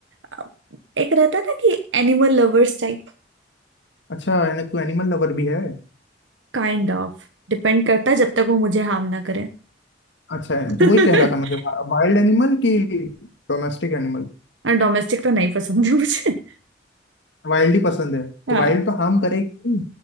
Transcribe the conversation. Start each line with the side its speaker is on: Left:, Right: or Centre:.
Right: अ, एक रहता है ना कि animal lovers type
Left: अच्छा यानी तू एनिमल लवर भी है
Right: Kind of depend करता है जब तक वो मुझे हार्म ना करे
Left: अच्छा
Right: <laughs>
Left: है तो वही कह रहा था मुझे वाइल्ड एनिमल की Domestic animal
Right: और डोमेस्टिक तो नहीं पसंद है मुझे
Left: वाइल्ड ही पसंद है
Right: हाँ
Left: तो वाइल्ड तो हार्म करेगी